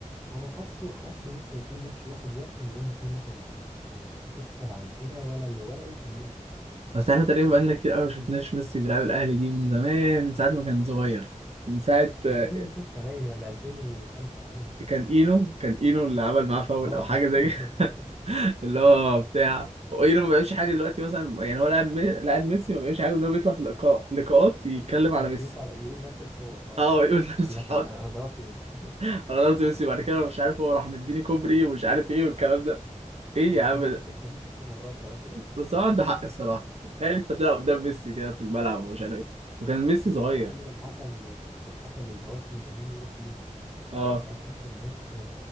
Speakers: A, in the centre; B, on the right.
A: انا حاسه حاسه ممكن يكون ماتش واحد واحد يا اما اتنين واحد للاهلي مش هتكسب عن كده ولا ولا انتر ميامي هتكسب
B: بس احنا تقريبا بقالنا كتير قوي ما شفناش ميسي بيلعب الاهلي دي من زمان من ساعه ما كان صغير من ساعه
A: آه،
B: آه،
A: 2006 باين ولا 2005 حاجه زي كده
B: كان اينو كان اينو اللي عمل معاه فاول
A: اه
B: او حاجه
A: <laughs>
B: زي كده. <laughs> اللي هو بتاع اينو ما بيعملش حاجه دلوقتي مثلا يعني هو لاعب م- لاعب ميسي ما بيعملش حاجه ان هو بيطلع في اللقاء لقاءات يتكلم
A: هو
B: على ميسي
A: بيطلع يقول نفس الحوار اه
B: اه
A: يعني
B: يقول <laughs>
A: يقول
B: نفس
A: لك
B: الحوار
A: انا انا ضربت ميسي
B: انا ضربت ميسي بعد كده مش عارف هو راح مديني كوبري ومش عارف ايه والكلام ده
A: <laughs>
B: ايه
A: انا
B: يا عم
A: سمعت
B: ده
A: القصه دي ست مرات لغايه دلوقتي
B: بس هو عنده حق الصراحه تخيل انت بتلعب قدام ميسي كده في الملعب ومش عارف ايه وكان
A: <laughs>
B: ميسي
A: انت
B: صغير
A: فكرتني بالحكم الحكم اللي هو اسمه ابراهيم نور الدين ده
B: اه
A: لما كان حكم ماتش